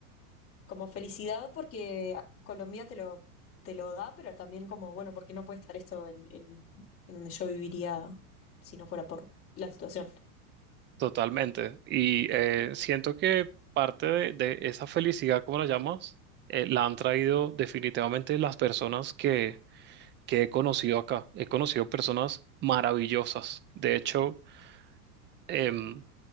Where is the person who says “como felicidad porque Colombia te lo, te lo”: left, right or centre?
Left